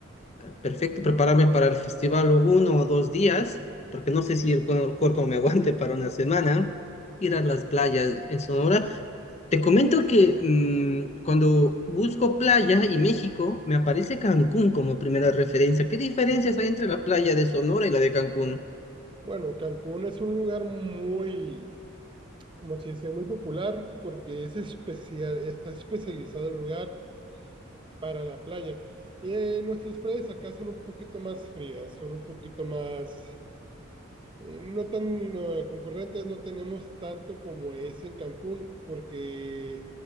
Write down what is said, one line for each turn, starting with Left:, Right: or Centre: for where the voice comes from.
Left: perfecto prepararme para el festival o uno o dos días, porque no sé si el, cu- el cuerpo me <laughs> aguante para una semana, ir a las playas en Sonora. Te comento que mm, cuando busco playa y México, me aparece Cancún como primera referencia. ¿Qué diferencias hay entre la playa de Sonora y la de Cancún?
Right: Bueno, Cancún es un lugar muy, como se dice, muy popular porque es especial, está especializado el lugar para la playa. Eh, nuestras playas acá son un poquito más frías, son un poquito más, eh, no tan eh, concurrentes, no tenemos tanto como es en Cancún, porque